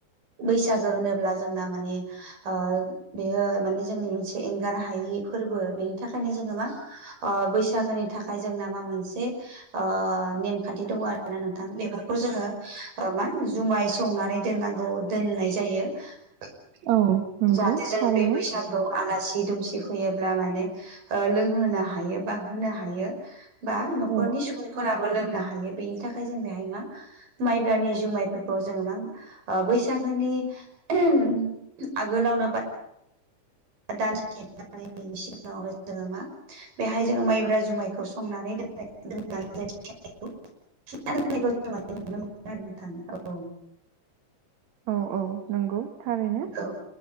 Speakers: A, on the right (about 80°); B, on the right (about 60°).
A: बैसागो होनोब्ला जोंना माने आ बेयो माने जोंनि मोनसे एंगार हायि फोरबो बेनि थाखायनो जोङो मा आ बैसागोनि थाखाय जोंना मा मोनसे आ नेमखान्थि दङ आरोना नोंथां बेफोरखौ जोङो ओ मा जुमाय सो संनानै दोननांगौ दोननाय जायो <unintelligible>
B: औ नंगौ
A: जाहाथे जों
B: थारैनो
A: बे बैसाग औ आलासि दुमसि फैयोब्ला माने ओ लोंहोनो हायो बा होनो हायो बा न'खरनि
B: औ
A: सुबुंफोराबो लोंनो हायो बेनि थाखाय जों बेहाय मा माइब्रानि जुमाइफोरखौ जोङो मा ओ बैसागोनि <unintelligible> आगोलावनो बाय <unintelligible> सिगाङावनो जोङो मा बेहाय जोङो माइब्रा जुमायखौ संनानै दोन्नाय <unintelligible> <unintelligible> आरो नोंथां औ
B: औ औ नोंगौ थारैनो।
A: औ